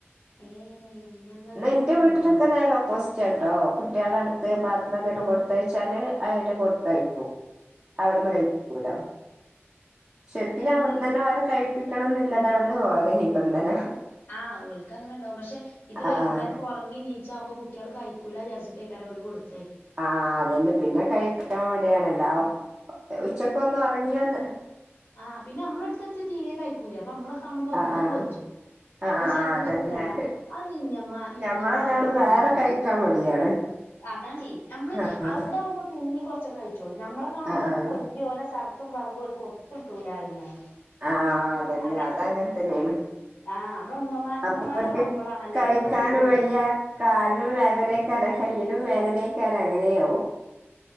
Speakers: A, on the left; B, on the right.
A: ഏ ഞങ്ങൾത്
B: ഇന്ന്
A: അങ്ങനെയല്ലട്ടോ
B: എന്റെ വീട്ടിലൊക്കെ നേരെ ഓപ്പോസിറ്റട്ടോ കുട്ടികള അടുത്ത് പത്രം എന്തേലും കൊടുത്ത് കൊടത്തയച്ചാല് അതില് കൊടുത്തയക്കും
A: ആഹ്
B: അവിടുന്ന് കയിക്കൂല ശരിക്കിനും
A: ഇതങ്ങനെയാണ്
B: അവിടുന്ന് തന്നെ ഓലെ കഴിപ്പിക്കണം എന്നുള്ളതാണ് ഓല നിബന്ധന
A: ആ ഹ് ഓൽക്കങ്ങനെ ഉണ്ടാവും പക്ഷെ ഇത്
B: ആഹ്
A: വൈകുന്നേരം
B: ആഹ്
A: ഉറങ്ങി നീച്ചവ്മ്പോ കുട്ടികൾ കയിക്കൂല വിചാരിച്ചിട്ടേക്കര ഓല് കൊടുത്ത്
B: ആഹ് അതന്നെ പിന്നെ കഴിക്കാൻ മടിയണല്ലോ ഉച്ചക്കൊന്നും ഒറങ്ങി ഒന്ന്
A: ആഹ്പിന്നെ നമ്മള അടുത്തെത്തിയ തീരയ കഴിക്കൂലേ അപ്പൊ നമ്മളെ കാണുമ്പോ അധികം
B: ആഹ് ആഹ്
A: കൊഞ്ചും
B: ആഹ്
A: എൻ്റെ ചെറുദിനൊക്കെല്ലതാ
B: ആഹ് അതന്നെ
A: അത് ഇഞ്ഞമ്മ ഇഞ്ഞമ്മ
B: ഞമ്മളെക്കാളും
A: ആക്കി തന്നാ
B: വേറെ
A: മതി
B: കഴിക്കാൻ മടിയാണ്
A: അതാണേ ഞമ്മള്
B: ആഹ്
A: അവിടെ ആകുമ്പോ പിന്നേ കുറച്ചക്ക കൈച്ചോളൂ ഞമ്മളെ കാണുമ്പോ
B: ആഹ് ആഹ്
A: ഓല് സർത്തും ഫർളും ഒത്തിട്ടൂല്ലാന്ന് പറയും ഞാന്
B: ആഹ് അതന്നെ
A: അങ്ങനെ
B: അതങ്ങനെ തന്നെയാണ്
A: ആഹ് നമ്മളെ ഉമ്മമാ ഉമ്മമാരെ
B: അപ്പോ അവക്ക്
A: കാണുമ്പളാണല്ലോ
B: കൈക്കാനും
A: ഓൽക്ക് അധികൊരിത്
B: വയ്യ കാലിനും വേദനയക്കൊര കയ്യനും വേദനയൊക്കൊര അങ്ങനെയാവോ